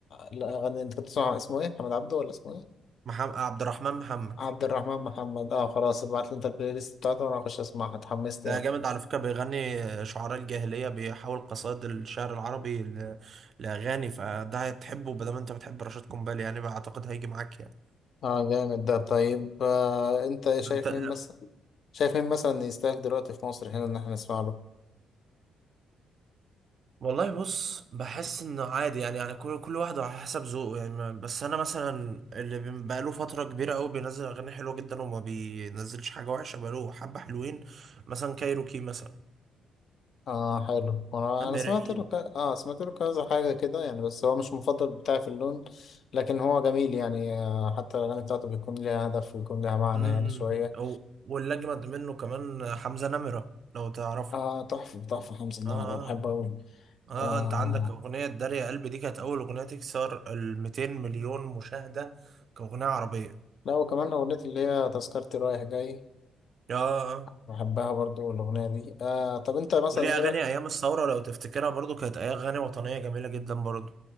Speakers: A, on the left; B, on the right.
A: الأغاني أنت كنت بتسمع اسمه إيه؟ محمد عبده ولا اسمه إيه؟
B: محمد عبد الرحمن محمد
A: عبد الرحمن محمد أه خلاص ابعت لي أنت البلاي ليست بتاعته وأنا هخش أسمعها اتحمست
B: ده
A: يعني
B: جامد على فكرة بيغني شعراء الجاهلية بيحاول قصائد الشعر العربي ل- لأغاني فده هتحبه بدل ما انت بتحب رشاد قنبلي يعني أعتقد هيجي معاك يعني
A: أه جامد ده طيب
B: <laughs>
A: آه، أنت شايف
B: انت لا
A: مين مثلا شايف مين مثلا يستاهل دلوقتي في مصر هنا إن إحنا نسمع له؟
B: والله بص بحس انه عادي يعني يعني كل كل واحد على حسب ذوقه يعني ما- بس انا مثلا اللي بي- بقاله فتره كبيره قوي بينزل اغاني حلوه جدا وما بينزلش حاجه وحشه بقاله حبه حلوين مثلا كايروكي مثلا
A: اه حلو وانا
B: امير
A: انا سمعت
B: عيد
A: له ك... اه سمعت له كذا حاجه كده يعني بس هو مش المفضل بتاعي في اللون لكن هو جميل يعني آه حتى الاغاني بتاعته بيكون ليها هدف ويكون ليها معنى
B: امم
A: يعني شويه
B: او واللي اجمد منه كمان حمزه نمره لو تعرفه
A: اه تحفه تحفه حمزه النمر
B: اه
A: أنا بحبه قوي
B: اه
A: آه
B: آه، انت عندك اغنية داريا يا قلبي دي كانت اول اغنية تكسر ال 200 مليون مشاهدة كاغنية عربية
A: لا وكمان اغنيه اللي هي تذكرتي رايح جاي
B: اه آه.
A: بحبها برضو الاغنيه دي آه طب انت مثلا
B: وليه
A: ايه
B: اغاني ايام الثورة لو تفتكرها برضو كانت اغاني وطنية جميلة جدا برضو